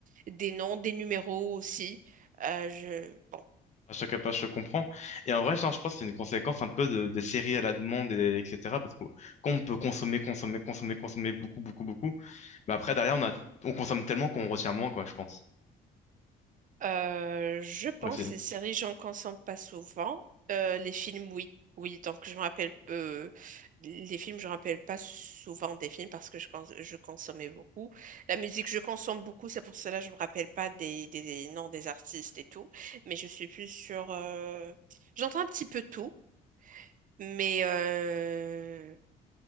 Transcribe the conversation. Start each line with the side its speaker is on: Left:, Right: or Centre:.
Right: des noms, des numéros aussi. Euh, je, bon,
Left: À chaque page, je comprends. Et en vrai, ça, je pense que c'est une conséquence un peu de- des séries à la demande, et- etc. Parce que quand on peut consommer, consommer, consommer, consommer beaucoup, beaucoup, beaucoup, bah après, derrière, on a, on consomme tellement qu'on retient moins, quoi, je pense.
Right: Euh, je pense
Left: Aussi.
Right: les séries, j'en consomme pas souvent. Euh, les films, oui. Oui, donc je me rappelle peu. les films, je me rappelle pas souvent des films parce que je, cons- je consommais beaucoup. La musique, je consomme beaucoup, c'est pour cela que je me rappelle pas des, des, des noms des artistes et tout. Mais je suis plus sur. euh, J'entends un petit peu tout, mais euh,